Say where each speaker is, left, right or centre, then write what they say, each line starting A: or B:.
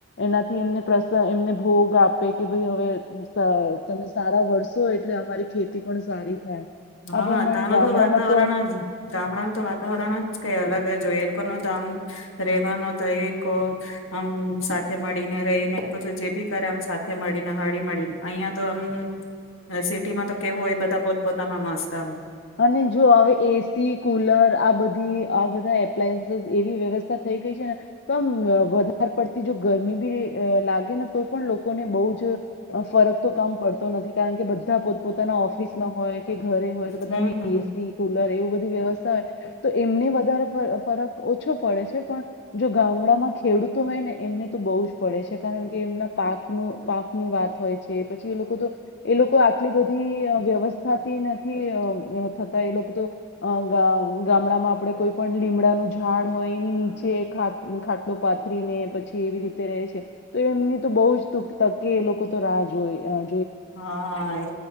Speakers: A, on the left; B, on the left.
A: એનાથી એમને પ્રશ્ન એમને ભોગ આપે કે ભઈ હવે ત તમે સારા વરસો એટલે અમારી ખેતી પણ સારી થાય.
B: હા
A: આ પ્રમાણે
B: તા નું
A: ગામડામાં
B: તો વાતાવરણ જ ગામડાનું તો વાતાવરણ જ કઈ અલગ જો એ લોકો ન તો આમ રેવાનું તો એક આમ સાથે મળીને રહીને એ જે બી કરે આમ સાથે મળીને હળી મળીન અહિયાં તો આમ સિટીમાં તો કેવું હોય બધા પોત પો તમા મસ્તમ.
A: અને જો હવે એસી કુલર આ બધી આ બધા એપ્લાયન્સીસ એવી વ્યવસ તા થઈ ગઈ છે ને તો આમ વધારે પડતી જો ગરમી બી લાગે ને તો પણ લોકોને બઉ જ ફરક તો કમ પડતો નથી કારણ કે બધા પોત પોતાના ઓફિસમાં હોય કે ઘરે. બધા
B: હમ
A: ને એસી કુલર એવું. બધી વ્યવસ્થા હોય તો એમને વધારે ફરક ઓછો પડે છે પણ જો ગામડામાં ખેડૂતો હોય ને એમને તો બહુ જ પડે છે કારણ કે એમના પાકનું પાકની વાત હોય છે પછી એ લોકો તો એ લોકો આટલી બધી વ્યવસ્થાથી નથી અ થતા એ લોકો તો અ ગામડામાં આપડે કોઈ પણ લીમડાનું ઝાડ હોય એની નીચે ખાટલો પાથરીને પછી એવી રીતે રય છે તો એમની તો બવ જ તકે એ લોકો તો રાહ જોય.
B: હા એ